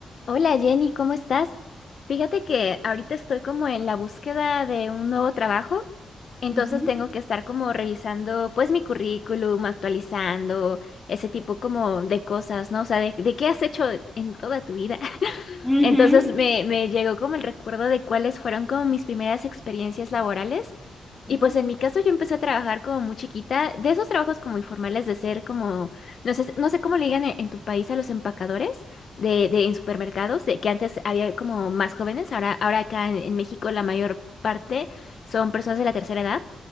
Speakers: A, on the left (about 55°); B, in the centre.
A: Hola Jenny, ¿cómo estás? Fíjate que ahorita estoy como en la búsqueda de un nuevo trabajo, entonces
B: Ujú,
A: tengo que estar como revisando pues mi currículum, actualizando ese tipo como de cosas, ¿no? O sea, de, de qué has hecho en toda tu vida. <laughs>
B: ujú,
A: Entonces me, me llegó como el recuerdo de cuáles fueron como mis primeras experiencias laborales.
B: ujú,
A: Y pues en mi caso yo empecé a trabajar como muy chiquita, de esos trabajos como informales de ser como, no sé, no sé cómo le digan en, en tu país a los empacadores de, de en supermercados, de que antes había como más jóvenes, ahora, ahora acá en, en México la mayor parte son personas de la tercera edad.